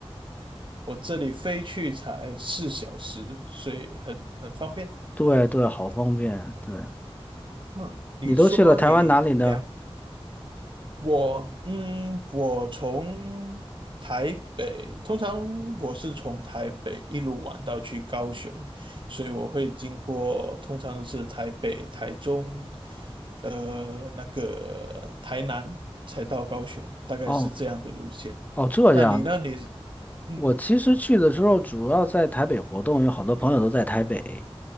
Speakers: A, on the right; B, on the left.
A: 我这里飞去才四小时，所以很很方便。
B: 对对，
A: 嗯
B: 好方便。对，
A: 嗯，你说你两
B: 你都去了台湾哪里呢？
A: 我，嗯，我从台北，通常我是从台北一路玩到去高雄，所以我会经过，通常都是台北、台中，呃，那个台南才到高雄，大概是这样的路线。
B: 哦哦，这样。
A: 那你那你嗯
B: 我其实去的时候主要在台北活动，有好多朋友都在台北，